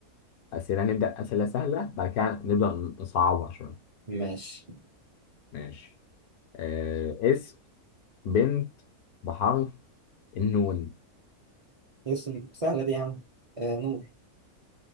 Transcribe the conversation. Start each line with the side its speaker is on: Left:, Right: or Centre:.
Left: أسئلة نبدأ أسئلة سهلة بعد كده نبدأ نصعبها شوية
Right: ماشي
Left: ماشي آه، اسم بنت بحرف النون
Right: اسم سهلة دي يا عم آه نور